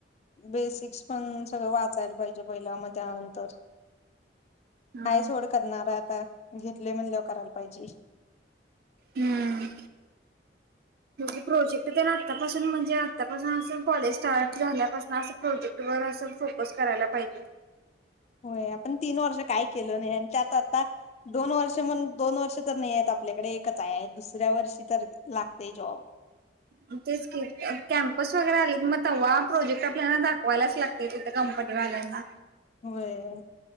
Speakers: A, on the left (about 35°); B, on the right (about 55°).
A: बेसिक्स पण सगळं वाचायला पाहिजे पहिला मग त्यानंतर.
B: हा
A: आहे सोड करणार आहे आता घेतले म्हणल्यावर करायला पाहिजे.
B: हम्म.
A: <inaudible>
B: म्हणजे प्रोजेक्ट तेन आत्तापासून म्हणजे आत्तापासून असं कॉलेज स्टार्ट झाल्यापासून असं प्रोजेक्ट वर असं फोकस करायला पाहिजे.
A: होय आपण तीन वर्ष काय केलो नाही आणि त्यात आता दोन वर्ष म्हण दोन वर्ष तर नाही आहेत आपल्याकडे एकच आहे दुसऱ्या वर्षी तर लागते जॉब.
B: मग तेच की कॅम्पस वगैरे आले मग तेव्हा प्रोजेक्ट आपल्याला दाखवायलाच लाग ते तिथे कंपनी वाल्यांना.
A: होय.